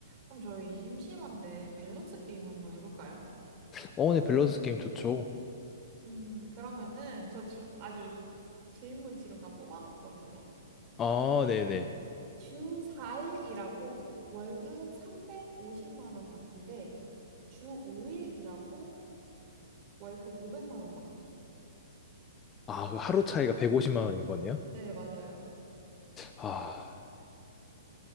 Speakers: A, on the right; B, on the left.
A: 그럼 저희 심심한데 밸런스 게임 한번 해볼까요?
B: 어, 네, 밸런스 게임 좋죠.
A: 음, 그러면은 저 주- 아주 질문 지금 다 뽑아놨거든요.
B: 아, 네네.
A: 주 4일 일하고 월급 350만 원 받기 대 주 5일 일하고 월급 500만 원 받기.
B: 아, 그 하루 차이가 150만 원인 거네요?
A: 네, 맞아요.
B: 아,